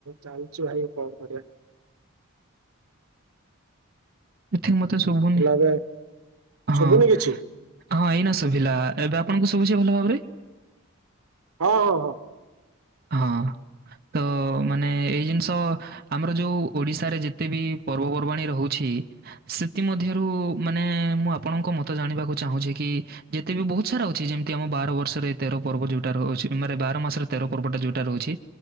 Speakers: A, on the right (about 85°); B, on the right (about 45°).
A: ଚାଲିଚି ଭାଇ କଣ କରିବା?
B: କିଛି ମତେ ଶୁଭୁନି
A: ହେଲା ଏବେ ଶୁଭୁନି
B: ହଁ।
A: କିଛି
B: ହଁ, ଏଇନା ଶୁଭିଲା ଏବେ ଆପଣଙ୍କୁ ଶୁବୁଛି ଭଲ ଭାବରେ
A: ହଁ ହଁ ହଁ।
B: ହଁ। ତ ମାନେ ଏଇ ଜିନିଷ ଆମର ଯୋଉ ଓଡିଶାରେ ଯେତେ ବି ପର୍ବପର୍ବାଣୀ ରହୁଛି ସେଥିମଧ୍ୟରୁ ମାନେ ମୁଁ ଆପଣଙ୍କ ମତ ଜାଣିବାକୁ ଚାହୁଁଛି କି? ଯେତେ ବି ବହୁତ ସାରା ଅଛି ଯେମିତି ଆମ ବାର ବର୍ଷରେ ତେର ପର୍ବ ଯୋଉଟା ରଛି ମାନ ବାର ମାସରେ ତେର ପର୍ବଟା ଯୋଉଟା ରହୁଛି